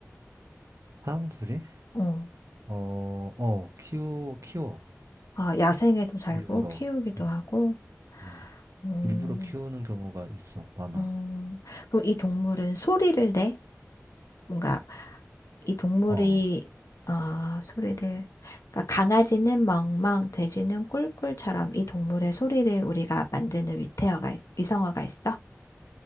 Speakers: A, on the right; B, on the left.
A: 사람들이?
B: 어.
A: 어, 어, 키우, 키워.
B: 아, 야생에도 살고
A: 일부러.
B: 키우기도
A: 음,
B: 하고.
A: 음.
B: 음,
A: 일부러 키우는 경우가 있어. 많아.
B: 음. 그럼 이 동물은 소리를 내? 뭔가 이 동물이
A: 어,
B: 아, 소리를 그러니까 강아지는 멍멍, 돼지는 꿀꿀처럼 이 동물의 소리를 우리가 만드는 위태어가 있- 위성어가 있어?